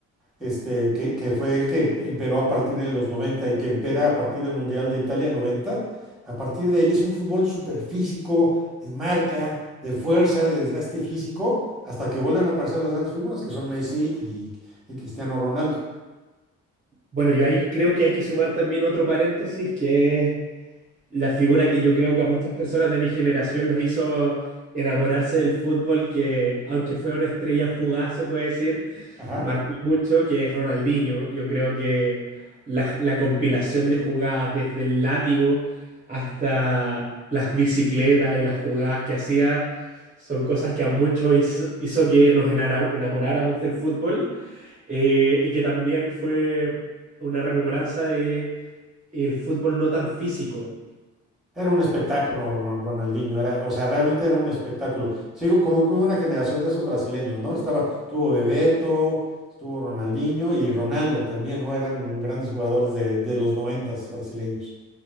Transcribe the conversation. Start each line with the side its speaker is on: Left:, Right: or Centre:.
Centre: este, que, que fue el que emperó a partir de los noventa y que impera a partir del Mundial de Italia noventa A partir de ahí es un fútbol superfísico, de marca, de fuerza, de desgaste físico, hasta que vuelven a aparecer las grandes figuras que son Messi y, y Cristiano Ronaldo.
Right: Bueno, yo ahí creo que hay que sumar también otro paréntesis que es La figura que yo creo que a muchas personas de mi generación los hizo enamorarse del fútbol, que aunque fue una estrella fugaz, se puede decir,
Centre: Ajá.
Right: marcó mucho, que es Ronaldinho. Yo creo que la, la compilación de jugadas, desde el látigo hasta las bicicletas y las jugadas que hacía, son cosas que a muchos hizo, hizo que nos enara- enamoráramos del fútbol eh, y que también fue una rememoranza de el fútbol no tan físico.
Centre: Era un espectáculo, Ron- Ronaldinho, era, o sea, realmente era un espectáculo. Sí, como que hubo una generación de esos brasileños, ¿no? Estaba, estuvo Bebeto, estuvo Ronaldinho y Ronaldo también, ¿no? Eran grandes jugadores de, de los noventas brasileños.